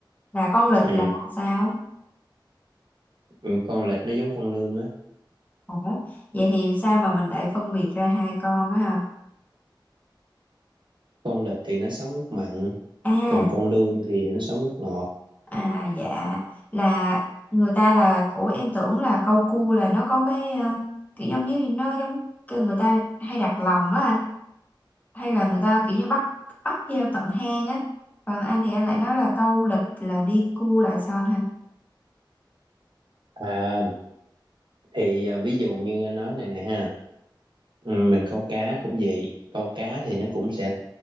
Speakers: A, on the left (about 20°); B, on the right (about 70°).
A: là con lịch
B: ừ.
A: là con sao?
B: Ừ, con lịch nó giống con lươn á
A: Ủa vậy thì sao mà mình lại phân biệt ra hai con đó ha?
B: con lịch thì nó sống nước mặn
A: À
B: còn con lươn thì nó sống nước ngọt
A: à dạ là người ta là ủa em tưởng là câu cua là nó có cái ờ, kiểu giống như nó giống kêu người ta hay đặt lòng á anh. hay là người ta kiểu như bắt bắt theo tận hang á còn anh thì anh lại nói là câu lịch là đi cu lại son ha
B: à thì à, ví dụ như anh nói này nè ha ừ, mình câu cá cũng vậy câu cá thì nó cũng sẽ